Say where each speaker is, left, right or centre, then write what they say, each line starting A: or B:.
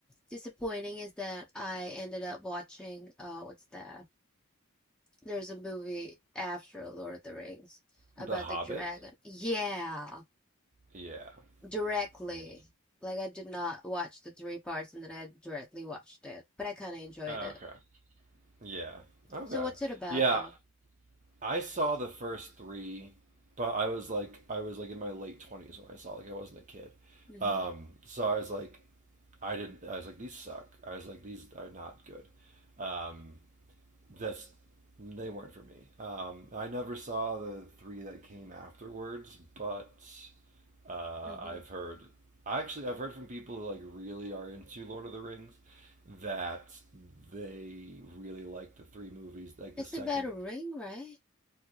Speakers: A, in the centre; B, on the right.
A: disappointing is that I ended up watching uh what's that? There's a movie after Lord of the Rings about
B: The Hobbit.
A: the dragon. Yeah,
B: Yeah.
A: directly.
B: Yeah.
A: Like I did not watch the three parts and then I directly watched it, but I kind of enjoyed
B: Okay.
A: it.
B: Yeah. Okay.
A: So what's it about
B: Yeah.
A: though?
B: I saw the first three, but I was like, I was like in my late twenties when I saw. Like, I wasn't a kid.
A: hmm
B: Um, so I was like, I didn't. I was like, these suck. I was like, these are not good. Um, that's they weren't for me. Um, I never saw the three that came afterwards, but uh,
A: hmm
B: I've heard. Actually, I've heard from people who like really are into Lord of the Rings that they really like the three movies, like
A: It's
B: the second
A: about a ring, right?